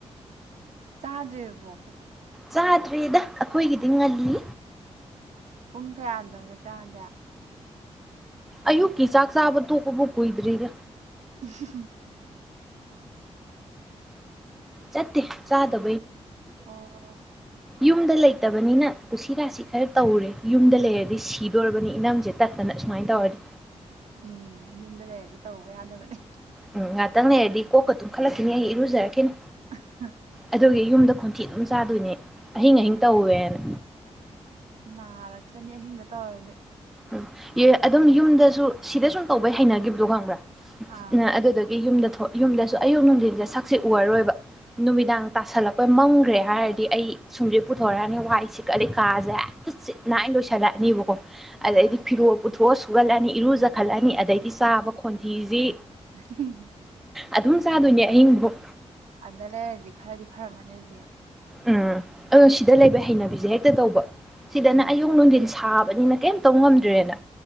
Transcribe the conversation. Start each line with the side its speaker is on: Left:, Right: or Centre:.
Right: ꯆꯥꯗ꯭ꯔꯤꯕꯕꯣ
Centre: ꯆꯥꯗ꯭ꯔꯦꯗ ꯑꯩꯈꯣꯏꯒꯤꯗꯤ ꯉꯜꯂꯤ
Right: ꯄꯨꯡ ꯀꯌꯥꯗꯒ ꯆꯥꯒꯦ
Centre: ꯑꯌꯨꯛ ꯀ ꯆꯥꯛ ꯆꯥꯕꯗꯨ ꯀꯕꯨ ꯀꯨꯏꯗ꯭ꯔꯤꯔ
Right: ꯎ
Centre: ꯆꯠꯇ ꯆꯥꯗ
Right: ꯑꯣ
Centre: ꯌꯨꯝꯗ ꯂꯩꯇꯕꯅꯤꯅ ꯇꯨꯁꯤꯔꯥꯁꯤ ꯁꯤ ꯈꯔ ꯇꯧꯔꯦ ꯌꯨꯝꯗ ꯂꯩꯔꯗꯤ ꯁꯤꯗꯣꯔꯔꯕꯅꯤ ꯏꯅꯝꯁꯦ ꯇꯠꯇꯅ ꯁꯨꯃꯥꯏꯅ ꯇꯧꯔꯗꯤ
Right: ꯎꯝ ꯌꯨꯝꯗ ꯂꯩꯔꯗꯤ ꯇꯧꯕ ꯌꯥꯗꯕꯅꯦ
Centre: ꯎꯝ ꯉꯥꯏꯥꯛꯇꯪ ꯂꯩꯔꯗꯤ ꯀꯣꯛꯀ ꯑꯗꯨꯨꯝ ꯈꯜꯂꯛꯈꯤꯅꯤ ꯑꯩ ꯏꯔꯨꯖꯔꯛꯈꯤꯅꯦ
Right: ꯎ
Centre: ꯑꯗꯨꯒꯤ ꯌꯨꯝꯗ ꯈꯣꯟꯊꯤ ꯑꯗꯨꯝ ꯆꯥꯗꯣꯏꯅꯦ ꯑꯍꯤꯡ ꯑꯍꯤꯡ
Right: ꯑ
Centre: ꯇꯧꯋꯦꯅ
Right: ꯅꯥꯔꯛꯁꯅꯤ ꯑꯍꯤꯡꯗ ꯇꯧꯔꯗꯤ
Centre: ꯎꯝ ꯑꯗꯨꯝ ꯌꯨꯝꯗꯁꯨ ꯁꯤꯗ ꯁꯨꯝ ꯇꯧꯕꯩ ꯍꯩꯅꯈꯤꯕꯗꯣ ꯈꯪꯕ꯭ꯔꯥ
Right: ꯑꯥ
Centre: ꯑꯗꯨꯗꯒꯤ ꯌꯨꯝꯗ ꯌꯨꯝꯗꯁꯨ ꯑꯌꯨꯛ ꯅꯨꯡꯊꯤꯟꯁꯦ ꯁꯛꯁꯦ ꯎꯔꯔꯣꯏꯕ ꯅꯨꯃꯤꯗꯥꯡ ꯇꯥꯁꯜꯂꯛꯄ ꯃꯝꯈ꯭ꯔꯦ ꯍꯥꯏꯔꯗꯤ ꯑꯩ ꯁꯨꯝꯁꯦ ꯄꯨꯊꯣꯔꯛꯑꯅꯤ ꯋꯥꯏ ꯁꯤꯛꯗꯤ ꯀꯥꯁꯦ ꯍ ꯆꯤꯠ ꯅꯥ ꯍꯥꯏꯅ ꯂꯣꯏꯁꯜꯂꯛꯑꯅꯦꯕꯀꯣ ꯑꯗꯩꯗꯤ
Right: ꯑꯥ
Centre: ꯐꯤꯔꯣꯜ ꯄꯨꯊꯣꯛꯑ ꯁꯨꯒꯠꯂꯅꯤ ꯏꯔꯨꯖꯈꯠꯂꯅꯤ ꯑꯗꯩꯗꯤ ꯆꯥꯕ ꯈꯣꯟꯊꯤꯁꯤ
Right: <inaudible>
Centre: ꯑꯗꯨꯝ ꯆꯥꯗꯣꯏꯅꯦ ꯑꯍꯤꯡꯕꯣꯛ
Right: ꯑꯗꯂꯦꯗꯤ ꯈꯥꯔꯥꯗꯤ ꯐꯥꯔꯥ ꯃꯅꯦ ꯑꯗꯨꯗꯤ
Centre: ꯎꯝ ꯑ ꯁꯤꯗ ꯂꯩꯕ ꯍꯩꯅꯕꯤꯁꯦ ꯍꯦꯛꯇ ꯇꯧꯕ ꯁꯤꯗꯅ
Right: ꯎꯝ
Centre: ꯑꯌꯨꯛ ꯅꯨꯡꯊꯤꯟ ꯁꯥꯕꯅꯤꯅ ꯀꯩꯝ ꯇꯧꯕ ꯉꯝꯗ꯭ꯔꯦꯅ